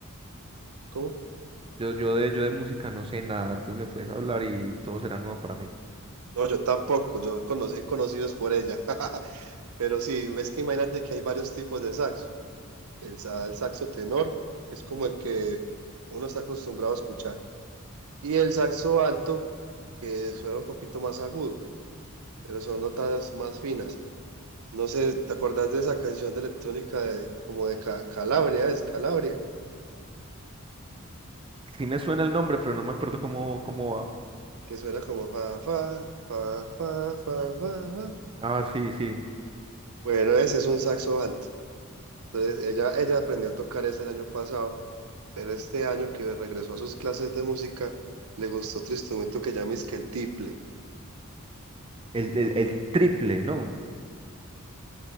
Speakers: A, on the right; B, on the right.
A: ¿Cómo?
B: Yo, yo de, yo de música no sé nada, entonces me puedes hablar y todo será nuevo para mí.
A: No, yo tampoco, yo conocí, he conocido es por ella. <laughs> Pero sí, ves que imagínate que hay varios tipos de saxo. El, sa- el saxo tenor, que es como el que uno está acostumbrado a escuchar. Y el saxo alto, que suena un poquito más agudo, pero son notas más finas. No sé, ¿te acordás de esa canción de electrónica de- como de Ca- Calabria? Es Calabria,
B: Sí me suena el nombre, pero no me acuerdo cómo, cómo va.
A: que suena como fa, fa, fa, fa, fa, fa, fa.
B: Ah, sí, sí.
A: Bueno, ese es un saxo alto. Entonces, ella, ella aprendió a tocar ese el año pasado pero este año que regresó a sus clases de música, le gustó otro instrumento que llama es que el tiple.
B: El, el, el triple, ¿no?